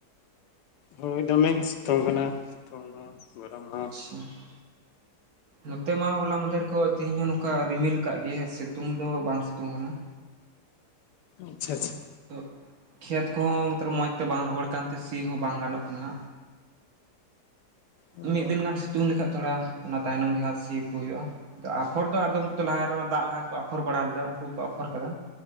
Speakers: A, on the left; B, on the right.
A: ᱦᱳᱭ ᱫᱚᱢᱮ ᱜᱮ ᱥᱤᱛᱩᱝ ᱠᱟᱱᱟ ᱥᱤᱛᱩᱝ ᱦᱚᱸ ᱜᱚᱨᱚᱢ ᱦᱚᱸ
B: <unintelligible> ᱱᱚᱛᱮ ᱢᱟ ᱦᱚᱞᱟ ᱢᱟᱫᱷᱮᱨ ᱠᱷᱚᱡ ᱛᱮᱦᱮᱧ ᱦᱚᱸ ᱱᱚᱝᱠᱟ ᱨᱤᱢᱤᱞ ᱠᱟᱫ ᱜᱮᱭᱟ ᱥᱤᱛᱩᱝ ᱫᱚ ᱵᱟᱝ ᱥᱤᱛᱩᱝ ᱠᱟᱱᱟ
A: ᱟᱪᱪᱷᱟ ᱟᱪᱪᱷᱟ
B: ᱛᱚ ᱠᱷᱮᱛ ᱠᱚᱦᱚᱸ ᱢᱚᱸᱡᱽ ᱛᱮ ᱵᱟᱝ ᱨᱚᱦᱚᱲ ᱠᱟᱱᱛᱮ ᱥᱤ ᱦᱚᱸ ᱵᱟᱝ ᱜᱟᱱᱚᱜ ᱠᱟᱱᱟ
A: ᱚ
B: ᱢᱤᱫ ᱫᱤᱱ ᱜᱟᱱ ᱥᱤᱛᱩᱝ ᱞᱮᱠᱷᱟ ᱛᱷᱚᱲᱟ ᱚᱱᱟ ᱛᱟᱭᱱᱚᱢ ᱜᱮ ᱦᱟᱸ ᱥᱤ ᱟᱠ ᱠᱚ ᱦᱩᱭᱩᱜᱼᱟ ᱟᱯᱷᱚᱨ ᱫᱚ ᱟᱫᱚ ᱩᱱᱠᱩ ᱞᱟᱦᱟᱨᱮ ᱫᱟᱜ ᱞᱟᱦᱟ ᱠᱚ ᱟᱯᱷᱚᱨ ᱵᱟᱲᱟ ᱞᱮᱫᱟ ᱩᱱᱠᱩ ᱠᱚ ᱟᱯᱷᱚᱨ ᱠᱟᱫᱟ